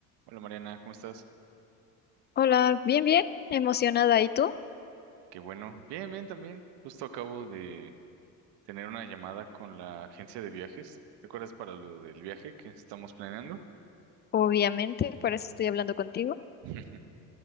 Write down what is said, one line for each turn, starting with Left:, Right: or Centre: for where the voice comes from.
Right: Hola Mariana, ¿cómo estás?
Left: Hola, bien, bien, emocionada. ¿Y tú?
Right: Qué bueno. Bien, bien también. Justo acabo de tener una llamada con la agencia de viajes. ¿Te acuerdas para lo del viaje que estamos planeando?
Left: Obviamente, para eso estoy hablando contigo.
Right: <laughs>